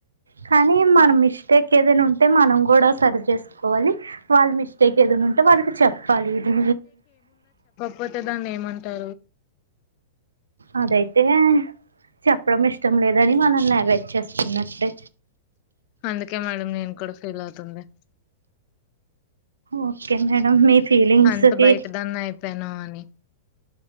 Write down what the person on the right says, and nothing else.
కానీ మనం మిస్టేక్ ఏదైనా ఉంటే మనం కూడా సరి చేసుకోవాలి వాళ్ళ మిస్టేక్ ఏద ఉంటే వాళ్ళకి చెప్పాలి ఇది
అదైతే చెప్పడం ఇష్టం లేదని మనల్ అవాయిడ్ చేస్తున్నట్టే
ఓకే మేడం మీ ఫీలింగ్స్కి